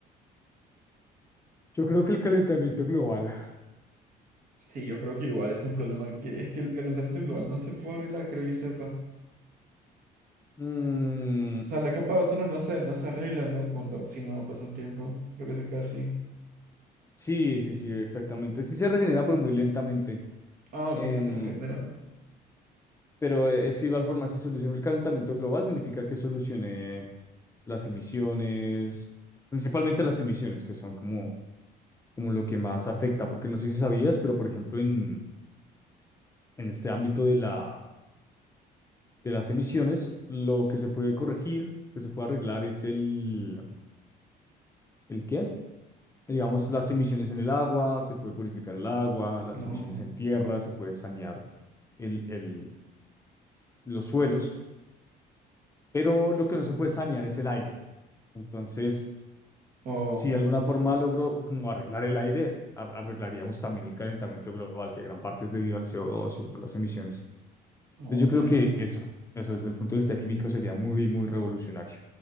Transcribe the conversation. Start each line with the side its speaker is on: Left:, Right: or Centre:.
Left: Yo creo que el calentamiento global.
Right: Sí, yo creo que igual es un problema que es que el calentamiento global no se puede arreglar, creo yo sepa.
Left: Mm,
Right: O sea, la capa de ozono no se, no se arregla, ¿no? Cuando, si no pasa un tiempo. Creo que se queda así.
Left: Sí, sí, sí, exactamente. Sí se regenera, pero muy lentamente.
Right: Ah, ok,
Left: Em,
Right: si se regenera.
Left: pero eh, es que igual forma, si soluciono el calentamiento global, significa que solucioné las emisiones, principalmente las emisiones, que son como, como lo que más afecta, porque no sé si sabías, pero por ejemplo, en, en este ámbito de la, de las emisiones, lo que se puede corregir, que se puede arreglar es el, ¿el qué? Digamos, las emisiones en el agua, se puede purificar el agua, las
Right: No.
Left: emisiones en tierra, se puede sanear el, el, los suelos, pero lo que no se puede sanear es el aire. Entonces,
Right: Oh,
Left: si de alguna forma logro como arreglar el aire, ar- arreglaríamos también el calentamiento global, que gran parte es debido al co dos y por las emisiones.
Right: oh,
Left: Entonces, yo
Right: sí.
Left: creo que eso, eso desde el punto de vista químico sería muy, muy revolucionario.